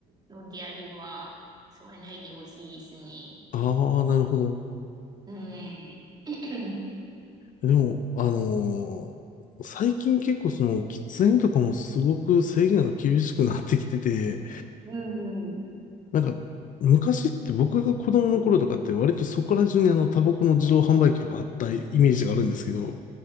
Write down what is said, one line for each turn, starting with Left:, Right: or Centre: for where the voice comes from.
Right: のであれば、吸わないでほしいですね。
Left: ああ、なるほど。
Right: うん。<clears throat>
Left: でも、あのー最近結構その、喫煙とかもすごく制限が厳しくなってきてて、
Right: うんうん。
Left: なんか、昔って僕が子供の頃とかって割とそこら中にあの、タバコの自動販売機とかあったイメージがあるんですけど、